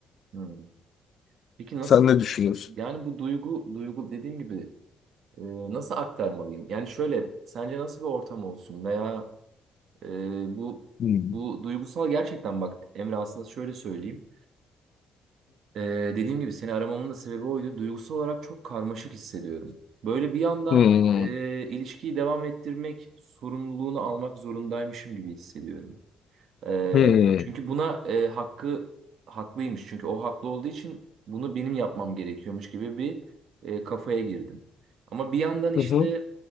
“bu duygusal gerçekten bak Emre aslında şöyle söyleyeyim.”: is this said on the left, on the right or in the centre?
Right